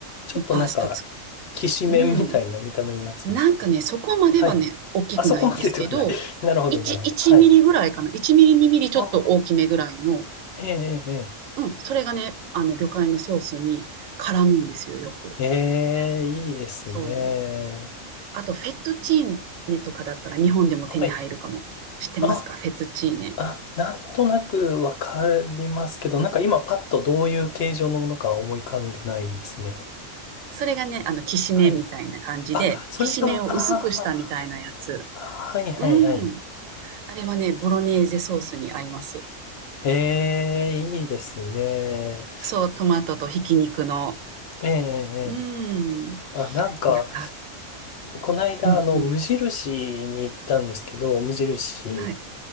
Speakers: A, on the left (about 60°); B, on the right (about 80°).
A: ちょっとなんか、
B: のパスタつ、
A: きしめんみたいな見た目のやつですか。
B: うん。なんかね、そこまではね、
A: はい。
B: 大きくないんですけど、
A: あそこまでではない。<laughs> なるほど、
B: 1、
A: なるほど。
B: 1ミリぐらいかな。
A: はい。
B: 1ミリ、2ミリちょっと大きめぐらいの、
A: ああ、ええ、
B: うん、それがね、あの魚介のソースに絡むんですよ、よく。
A: ええ、ええええいいですね。
B: そう。あと、フェットチーネとかだったら日本でも手に入るかも。
A: はい。
B: 知ってますかフェットチーネ。
A: あ、あ、なんとなくわかりますけど、なんか今パッとどういう形状のものか思い浮かんでないですね。
B: それがね、あの、きしめんみたいな感じで、
A: はい。あ、それが、
B: きしめんを薄くしたみたいなやつ。
A: ああ、あはい、はい、
B: うん。
A: はい。
B: あれはね、ボロネーゼソースに合います。
A: ええ、いいですね。
B: そう、トマトとひき肉の。
A: ええ、
B: うん。
A: ええ。あ、なんか、
B: いや、
A: この間、
B: うんうん。
A: あの、無印に行ったんですけど、無印、
B: はい。